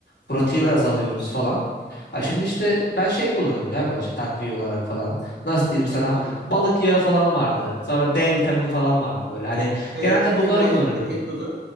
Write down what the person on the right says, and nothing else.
Gitmez
mi?
Ne kullanıyorsun?
Kreatin,
mreatin,
protein tozu.